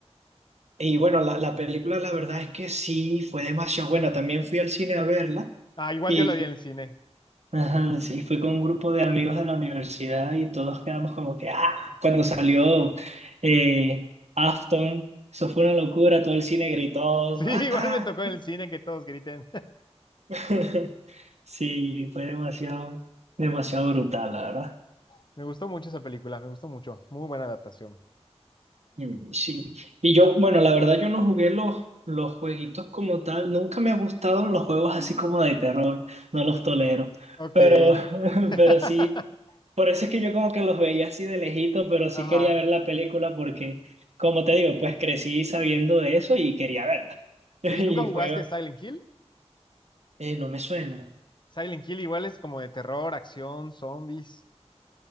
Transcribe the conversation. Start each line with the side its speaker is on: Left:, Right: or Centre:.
Right: Y bueno, la, la película la verdad es que sí, fue demasiado buena. También fui al cine a verla
Left: Ah, igual
Right: y
Left: yo la vi en el cine. <laughs>
Right: ajá, sí, fui con un grupo de amigos de la universidad y todos quedamos como que, ah, cuando salió eh, Afton, eso fue una locura, todo el cine gritó,
Left: Sí,
Right: ah,
Left: igual me tocó en el cine que todos griten.
Right: <laughs> sí, fue demasiado, demasiado brutal, la verdad.
Left: <laughs> Me gustó mucho esa película, me gustó mucho. Muy buena adaptación.
Right: Mm, Sí, y yo, bueno, la verdad yo no jugué los, los jueguitos como tal, nunca me gustaron los juegos así como de terror, no los tolero,
Left: Ok.
Right: pero, <laughs>
Left: <laughs>
Right: pero sí, por eso es que yo como que los veía así de lejito, pero sí
Left: Ajá.
Right: quería ver la película porque, como te digo, pues crecí sabiendo de eso y quería verla. <laughs>
Left: Oye, ¿nunca
Right: Y
Left: jugaste
Right: fue,
Left: Silent Hill?
Right: eh, no me suena,
Left: Silent Hill igual es como de terror, acción, zombies.